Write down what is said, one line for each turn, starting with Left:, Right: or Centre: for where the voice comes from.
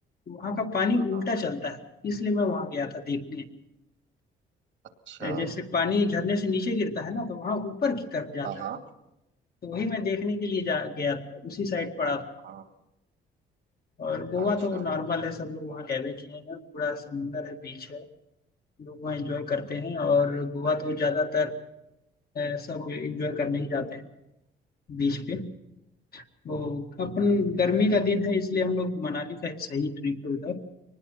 Left: वहाँ का पानी
Right: हाँ
Left: उल्टा चलता है इसलिए मैं वहाँ गया था देखने
Right: अच्छा
Left: अ, जैसे पानी झरने से नीचे गिरता है ना तो वहाँ ऊपर की तरफ जाता
Right: हाँ हाँ
Left: है तो वही मैं देखने के लिए जा गया था उसी साइड पड़ा था
Right: हाँ,
Left: और गोवा
Right: अच्छा
Left: तो नॉर्मल है सब लोग वहाँ गए हुए किए हैं पूरा समुंदर है बीच है गोवा एंजॉय करते हैं और गोवा तो ज्यादातर अ, सब एंजॉय करने ही जाते हैं बीच पे तो अपन गर्मी का दिन है इसलिए हम लोग मनाली का एक सही ट्रिप है उधर